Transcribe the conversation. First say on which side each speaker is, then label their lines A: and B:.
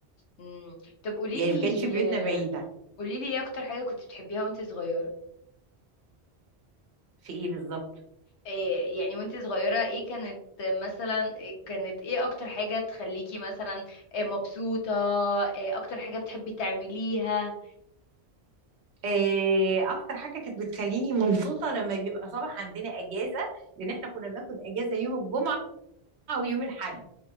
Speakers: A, on the left; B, on the right.
A: مم. طب قولي
B: يعني
A: لي
B: ما كانتش بيوتنا بعيدة
A: قولي لي ايه اكتر حاجة كنت بتحبيها وانت صغيرة
B: في ايه بالظبط
A: إيه يعني وانت صغيرة ايه كانت مثلا إيه كانت ايه اكتر حاجة تخليكي مثلا إيه مبسوطة إيه اكتر حاجة بتحبي تعمليها
B: إيه اكتر حاجة كانت بتخليني مبسوطة لما بيبقى صباح عندنا اجازة لان احنا كنا بناخد اجازة يوم الجمعة ويوم الاحد